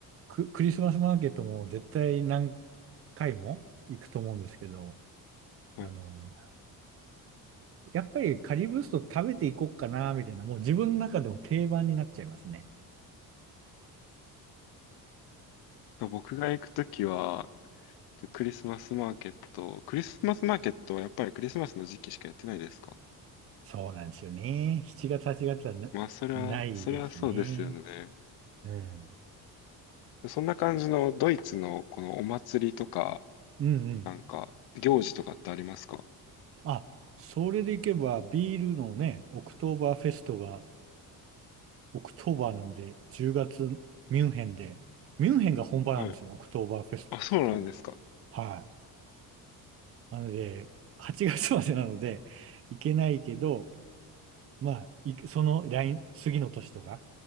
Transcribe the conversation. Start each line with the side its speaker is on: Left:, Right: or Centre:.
Right: ク、クリスマスマーケットも絶対何回も行くと思うんですけど、
Left: はい。
Right: あの、やっぱりカリブスト食べていこうかな、みたいな、もう自分の中でも定番になっちゃいますね。
Left: と僕が行くときは、クリスマスマーケット、クリスマスマーケットはやっぱりクリスマスの時期しかやってないですか
Right: そうなんですよね。7月、8月はな、
Left: まあ、それは、
Right: ないですね。
Left: それはそうですよね。
Right: うん
Left: そんな感じのドイツのこのお祭りとか、
Right: うんうん。
Left: なんか行事とかってありますか
Right: あ、それでいけば、ビールのね、オクトーバーフェストが、オクトーバーなんで、10月、ミュンヘンで、ミュンヘンが本場なんですよ、
Left: はい。
Right: オクトーバーフェストって多分。
Left: あ、そうなんですか。
Right: はい。なので、8月までなので、行けないけど、まあ、いその来、次の年とか、